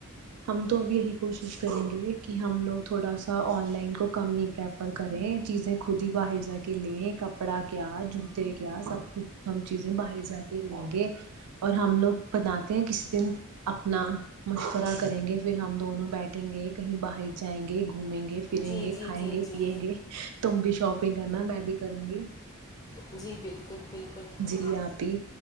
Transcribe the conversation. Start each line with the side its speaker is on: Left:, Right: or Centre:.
Right: ہم تو اب یہی کوشش کریں گے کہ ہم لوگ تھوڑا سا آن لائن کو کم ہی پریفر کریں چیزیں خود ہی باہر جا کے لیں کپڑا کے کیا جوتے کیا سب کچھ ہم چیزیں باہر جا کے لیں گے اور ہم لوگ بناتے ہیں کسی دن اپنا مشورہ کریں گے پھر ہم دونوں بیٹھیں گے کہیں باہر جائیں گے گھومیں گے پھریں
Left: جی
Right: گے
Left: جی
Right: کھائیں
Left: جی
Right: گے
Left: جی
Right: پیئیں گے تم بھی شاپنگ کرنا میں بھی کروں گی
Left: جی بالکل بالکل
Right: جی آپ ہی